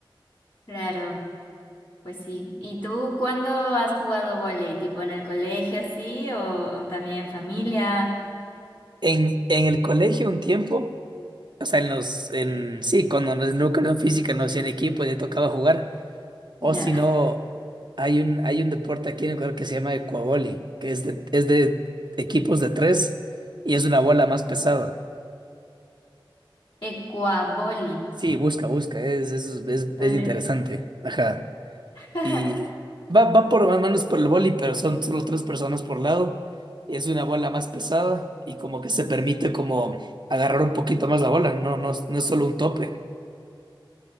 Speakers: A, on the left (about 75°); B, on the right (about 60°).
A: Claro, pues sí. ¿Y tú cuándo has jugado vóley? ¿Tipo en el colegio, así, o, o también en familia?
B: En, en el colegio un tiempo... O sea, en los, en, sí, cuando nos- en la educación física nos hacían equipo y te tocaba jugar. O
A: Ya.
B: si no, hay un, hay un deporte aquí en Ecuador que se llama ecuavoli, que es de, es de equipos de tres y es una bola más pesada.
A: Ecuaboli.
B: Sí, busca, busca, es, es, es,
A: ¿vale?
B: es interesante. Ajá.
A: <laughs>
B: Y va, va por más manos por el boli pero son solo tres personas por lado. Es una bola más pesada y como que se permite como agarrar un poquito más la bola, no, no, no es solo un tope.